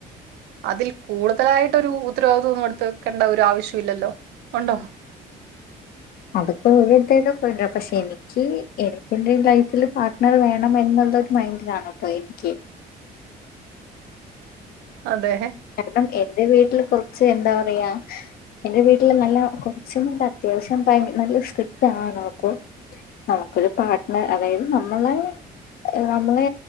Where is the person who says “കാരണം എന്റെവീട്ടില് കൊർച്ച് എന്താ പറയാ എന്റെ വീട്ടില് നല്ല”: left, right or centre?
Left